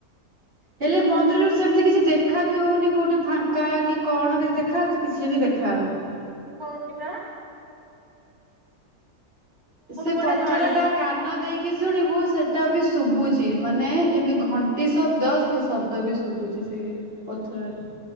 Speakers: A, on the right; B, on the right.
A: ହେଲେ ମନ୍ଦିରରୁ ସେମିତି କିଛି ଦେଖା ବି ହଉନି କୋଉଠି ଫାଙ୍କା କି କଣ କିଛି ଦେଖା ହଉଛି କିଛି ବି ଦେଖା ଖାାଉନି।
B: ହଉଥିବ।
A: ସେ
B: ଗୋଟେ
A: ପଥର
B: ଗଳିଛି।
A: ଟା କାନ ଦେଇକ କି ଶୁଣିବୁ ସେଟା ବି ଶୁବୁଛି ମାନେ ଯେମତି ଘଣ୍ଟି ଶବ୍ଦ ସେ ଶବ୍ଦ ବି ଶୁଭୁଛି। ସେ ପଥରର।